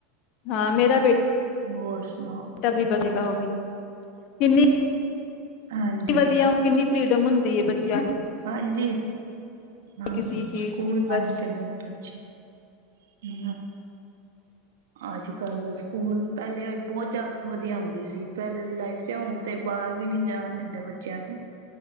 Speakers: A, on the left; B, on the right.
A: ਹਾਂ ਮੇਰਾ ਬੇਟਾ
B: ਹੋਰ ਸੁਣਾੋ
A: ਤ ਵੀ ਵਚੇਗਾ ਹੋਗੀ ਕਿੰਨੀ
B: ਹਾਂਜੀ
A: ਕਿ ਵਧੀਆ ਕਿੰਨੀ ਫਰੀਡਮ ਹੁੰਦੀ ਏ ਬੱਚਿਆਂ ਨੂੰ
B: ਹਾਂਜੀ- ਹ
A: ਕਿਸੀ ਚੀਜ਼
B: ਸਕੂਲ
A: ਦੀ ਬਸ
B: ਤੇ ਬੰਦ ਨਾ ਹੋਣ ਤੇ ਅੱਛਾ ਅੱਜ ਕੱਲ ਸਕੂਲ ਪਹਿਲੇ ਬਹੁਤ ਜ਼ਿਆਦਾ ਵਧੀਆ ਹੁੰਦੀ ਸੀ ਪਹਿਲੇ ਦੀ ਲਾਈਫ ਤੇ ਹੁਣ ਤੇ ਬਾਹਰ ਵੀ ਨਹੀਂਜਾਣ ਦਿੰਦੇ ਬੱਚਿਆਂ ਨੂੰ